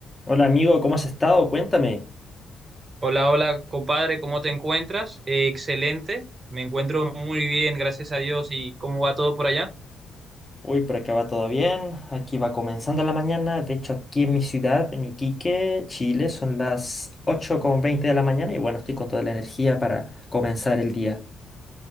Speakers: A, on the left; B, on the right.
A: Hola amigo, ¿cómo has estado? Cuéntame.
B: Hola, hola, compadre, ¿cómo te encuentras? Eh, excelente, me encuentro muy bien, gracias a Dios. ¿Y cómo va todo por allá?
A: Uy, por acá va todo bien. Aquí va comenzando la mañana. De hecho, aquí en mi ciudad, en Iquique, Chile, son las ocho con veinte de la mañana y bueno, estoy con toda la energía para comenzar el día.